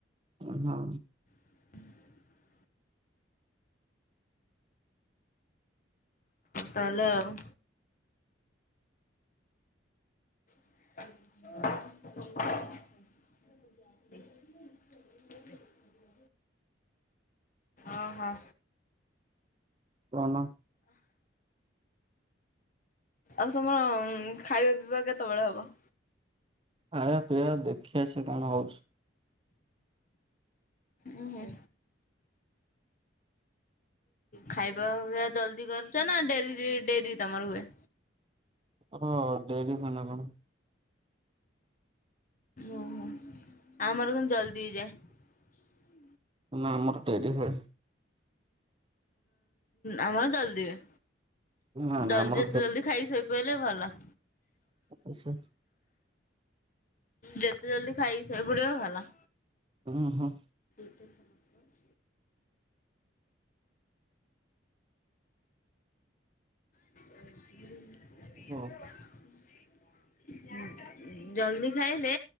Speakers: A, on the right; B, on the left.
A: ଓ ହଁ।
B: <inaudible> ତାହେଲେ ଆଉ ଆ <unintelligible> <inaudible> ଓହୋ।
A: କଣ?
B: ଆଉ ତମ ଖାଇବା ପିଇବା କେତେବେଳେ ହବ?
A: ଖାୟା ପିୟା ଦେଖିଆ ସେକଣ ହଉଛି।
B: ଉହୁଁ। ଖାଇବା ପିବା ଜଲଦି କରୁଛ ନା ଡେଲି ଡେରି ତମର ହୁଏ?
A: ହ ଡେରି ହୁଏନା କଣ?
B: ଓ ହୋ ଆମର କିନ୍ତୁ ଜଲଦି ହେଇଯାଏ।
A: ଆମର ଡେରି ହୁଏ।
B: ଆମର ଜଲଦି ହୁଏ।
A: ନା ନା
B: ଜଲ୍ଦି
A: ଆମର
B: ଯେତେ ଜଲ୍ଦି ଖାଇ ଶୋଇ ପଡ଼ିଲେ ଭଲ
A: ଆଚ୍ଛା।
B: ଯେତେ ଜଲ୍ଦି ଖାଇକି ଶୋଇ ପଡ଼ିବ, ସେତେ ଭଲ।
A: ହଁ ହଁ।
B: ତାଙ୍କ <unintelligible>
A: କୁହ
B: ଜଲଦି ଖାଇଲେ